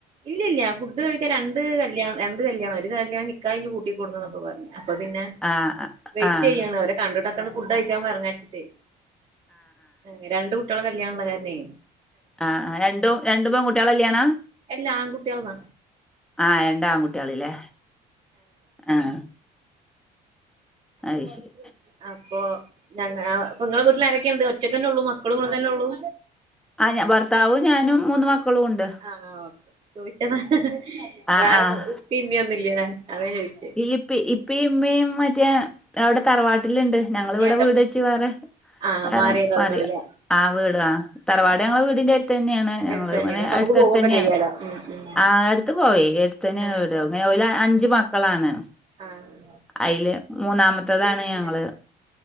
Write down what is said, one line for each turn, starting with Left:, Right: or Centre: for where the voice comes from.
Right: ഇല്ലില്ല്യ ഫുഡ് കഴിക്കാ രണ്ട് കല്യാണം രണ്ട് കല്യാണം ഒരു കല്യാണി നിക്കാഹ്ഞ്ഞു കൂട്ടി കൊടുന്നുന്നോക്കെ പർഞ്ഞ് അപ്പൊ പിന്നെ
Centre: ആഹ്
Right: വൈറ്റയ്യാണ്
Centre: ആഹ്
Right: അവര് കണ്ടിട്ടൊക്കെന്ന് ഫുഡ് കഴിക്കാൻ പറഞയിചിട്ടേയ് ആഹ് രണ്ട് കുട്ടികളെ കല്യാണ ഉള്ള കാരനേ
Centre: ആഹ് ആഹ് രണ്ടു രണ്ടു പെൺകുട്ട്യാളെ കല്യാണാ
Right: എല്ലാ ആൺകുട്ടികളാ
Centre: ആഹ് രണ്ടാ ആൺകുട്ട്യാളില്ലേ ആഹ് അത്
Right: ഓഹ് അട്ത്ത്
Centre: ശരി
Right: വന്നേ അപ്പൊ ഞങ്ങ ആഹ് ഇപ്പങ്ങളെ വീട്ടിൽ ആരൊക്കെയുണ്ട് ഒറ്റക്കന്നെഉള്ളൂ മക്കളും ഇങ്ങളുംതന്നെ ഉള്ളു
Centre: ആഞ ഭർത്താവും ഞാനും മൂന്ന് മക്കളും ഉണ്ട്
Right: ആഹ് ആഹ് ഓക്കെ ചോയിച്ചതാ
Centre: ആഹ്
Right: വേറേ
Centre: ആഹ്
Right: ഇപ്പിം ഇമ്മിംയൊന്നില്ല്യെന്നാ അത ചോയിച്ചേ
Centre: ഇപ്പി ഇപ്പിഉമ്മയും മറ്റേ അവിടെ തറവാട്ടിലിണ്ട് ഞങ്ങളിവിടെ
Right: ഏട്ടൻ
Centre: വീട് വച്ച് വേറേ
Right: ആഹ്
Centre: വേറെ
Right: മാറിയതാവും
Centre: മാറിയ
Right: നിങ്ങളില്ലേ
Centre: ആഹ് വീട് ആഹ് തറവാട്
Right: ആഹ്
Centre: ഞങ്ങള് വീടിന്റെ എടുത്തന്നെയാണ് ഞങ്ങള്
Right: അടുത്ത് തന്നെയാണ്
Centre: ഇങ്ങനെ
Right: അപ്പൊ
Centre: അടു
Right: നമുക്ക്
Centre: ത്തടുത്തന്നെആണ്
Right: പോവൊക്കെ ചെയ്യാലോ ഉം ഉം
Centre: ആടുത്ത് പോയി എടുതന്നെയാണ്
Right: ആഹ്
Centre: വിട്
Right: ആഹ്
Centre: ഇങ്ങനെ ഒരു അഞ്ച് മാ മക്കളാണ്
Right: ആഹ്
Centre: അയില് മൂന്നാമത്തേതാണ്
Right: പിന്നെ
Centre: ഞങ്ങള്